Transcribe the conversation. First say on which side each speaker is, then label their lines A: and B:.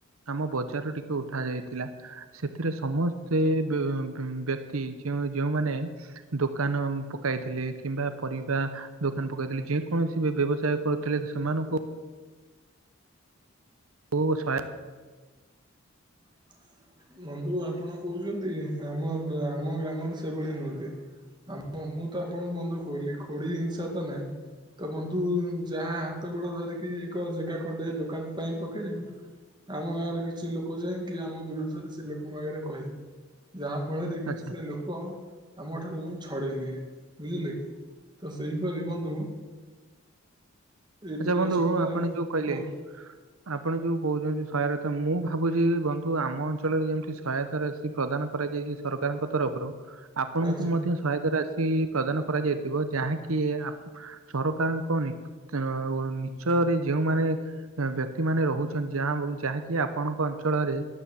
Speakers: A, on the right (about 80°); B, on the right (about 20°).
A: ଆମ ବଜାର ଟିକେ ଉଠା ଯାଇଥିଲା। ସେଥିରେ ସମସ୍ତେ ବ୍ୟ ଯଉ ଯୋଉମାନେ ଦୋକାନ ପକାଇଥିଲେ କି କିମ୍ବା ପରିବା ଦୋକାନ ପକେଇଥିଲେ। ଯେ କୌଣସି ବି ବ୍ୟବସାୟ କରୁଥିଲେ ସେମାନଙ୍କୁ ଓ ସହାୟ
B: <inaudible> ବନ୍ଧୁ ଆପଣ କହୁଛନ୍ତି ଆମ ଆମ ଗ୍ରାମରେ ସେଭଳିଆ ନୁହନ୍ତି। ଆ ମୁଁ ତ ଆପଣଙ୍କୁ ବନ୍ଧୁ କହିଲି ଥୋଡି ହିଂସା ତ ନାହିଁ। ତ ବନ୍ଧୁ ଯାହା ହାତ ଗୋଡ ଧରିକି ଏକ ଜାଗା ଖଣ୍ଡେ ଦୋକାନ ପାଇଁ ପକେଇବୁ ଆମ ଗାଁରେ କିଛି ଲୋକ ଯାଇ କି ଆମ ବିରୁଦ୍ଧରେ ସେ ଲୋକଙ୍କ ଆଗରେ କହିବେ। ଯାହା ଫଳରେ କି
A: ଆଚ୍ଛା
B: ସେ ଲୋକ ଆମ ଠାରୁ ଛଡେଇ ନିିଏ ବୁଝିଲେ। ତ ସେଇପରି ବନ୍ଧୁ ଏହିପରି
A: ଆଚ୍ଛା ବନ୍ଧୁ
B: ଅସୁବିଧା
A: ଆପଣ
B: ଆଉ
A: ଯୋଉ କହିଲେ
B: କୁହ
A: ଆପଣ ଯୋଉ କହୁଛନ୍ତି ସ ତ ମୁଁ ଭାବୁଛି ବନ୍ଧୁ ଆମ ଅଞ୍ଚଳରେ ଯେମିତି ସହାୟତା ରାଶି ପ୍ରଦାନ କରାଯାଇଛି ସରକାରଙ୍କ ତରଫରୁ ଆପଣଙ୍କୁ
B: ଆଚ୍ଛା।
A: ମଧ୍ୟ ସହାୟତା ରାଶି ପ୍ରଦାନ କରାଯାଇଥିବ। ଯାହାକି ସରକାରଙ୍କ ନି ନିଚରେ ଯୋଉମାନେ ବ୍ୟକ୍ତି ମାନେ ରହୁଛନ୍ତି ଯାହା ଯାହାକି ଆପଣଙ୍କ ଅଞ୍ଚଳରେ